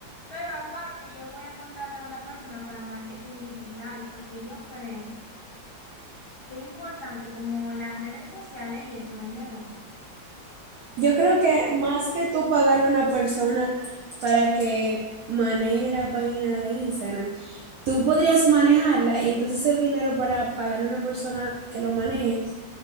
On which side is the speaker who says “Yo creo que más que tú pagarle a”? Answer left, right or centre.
Right